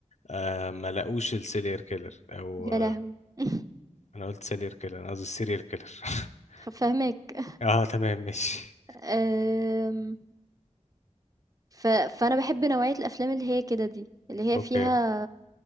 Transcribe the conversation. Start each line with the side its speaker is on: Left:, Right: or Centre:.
Left: آه ما لاقوش السيريال كيلر أو
Right: يا لهوي <laughs>
Left: انا قلت سيريال كيلر انا قصدي سيريال كيلر <laughs>
Right: فاهمك
Left: اه تمام ماشي
Right: أم، ف... فأنا بحب نوعية الأفلام اللي هي كده دي اللي هي
Left: اوكي
Right: فيها